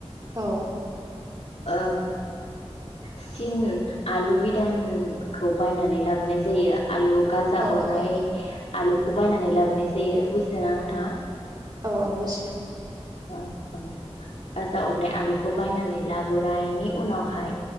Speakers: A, on the right; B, on the left.
A: औ ।
B: ओ सिन <unintelligible> आलु बिदानखौ बायनानै लाबोनाय जायो । आलु गाजा
A: औ
B: अरनाय
A: औ औ
B: आलु खौ बायनानै लाबोनाय जायो बुजिदों ना नोंथाङा?
A: औ औ बुजिदों ।
B: औ औ गाजा अरनाय आलुखौ बायनानै लाबोनायनि उनावहाय